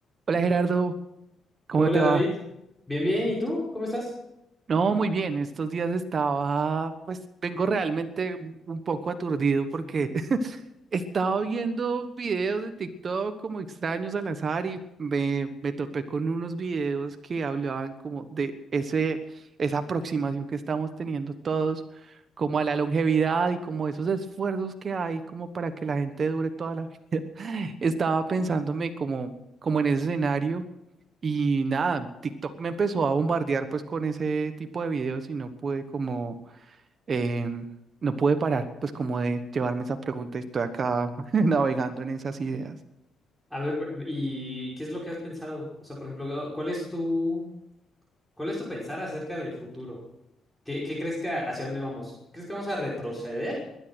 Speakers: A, on the right; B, in the centre.
A: Hola Gerardo, ¿cómo
B: Hola
A: te
B: David,
A: va?
B: bien, bien, ¿y tú? ¿Cómo estás?
A: No, muy bien, estos días estaba, pues vengo realmente un un poco aturdido porque <laughs> Estaba viendo videos de TikTok como extraños al azar y me, me topé con unos videos que hablaban como de ese, esa aproximación que estamos teniendo todos, como a la longevidad y como esos esfuerzos que hay como para que la gente dure toda la vida. <laughs> Estaba pensándome como, como en ese escenario y nada, TikTok me empezó a bombardear pues con ese tipo de videos y no pude como em, no pude parar, pues como de llevarme esa pregunta y estoy acá <laughs> navegando en esas ideas.
B: A ver, b- ¿y qué es lo que has pensado? O sea, por ejemplo, oh, ¿cuál es tu, cuál es tu pensar acerca del futuro? ¿Qué, qué crees que hacia dónde vamos? ¿Crees que vamos a retroceder